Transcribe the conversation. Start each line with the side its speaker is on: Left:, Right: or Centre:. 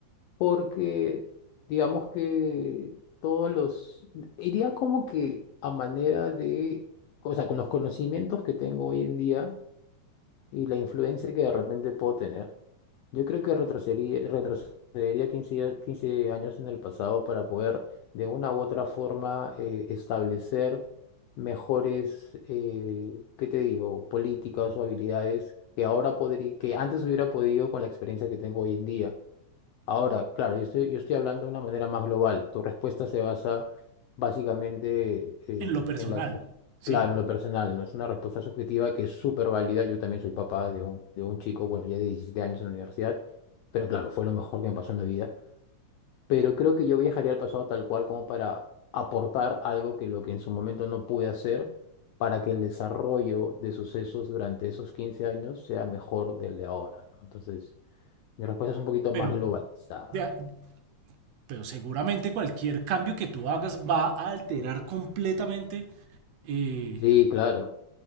Left: porque digamos que todos los, iría como que a manera de, o sea, con los conocimientos que tengo hoy en día y la influencia que de repente puedo tener, yo creo que retrocedería, retrocedería quince ya- 15 años en el pasado para poder de una u otra forma eh, establecer mejores, eh, ¿qué te digo?, políticas o habilidades que ahora podría, que antes hubiera podido con la experiencia que tengo hoy en día. Ahora, claro, yo estoy, yo estoy hablando de una manera más global. Tu respuesta se basa básicamente eh,
Right: En lo personal,
Left: en la, su-
Right: sí,
Left: claro, en lo personal, ¿no? Es una respuesta subjetiva que es súper válida. Yo también soy papá de un, de un chico, bueno, ya de 17 años en la universidad, pero claro, fue lo mejor que me pasó en la vida. Pero creo que yo viajaría al pasado tal cual como para aportar algo que lo que en su momento no pude hacer para que el desarrollo de sucesos durante esos 15 años sea mejor del de ahora, ¿no? Entonces, mi respuesta es un poquito
Right: pero,
Left: más globalizada.
Right: ya- pero seguramente cualquier cambio que tú hagas va a alterar completamente eh,
Left: Sí, claro,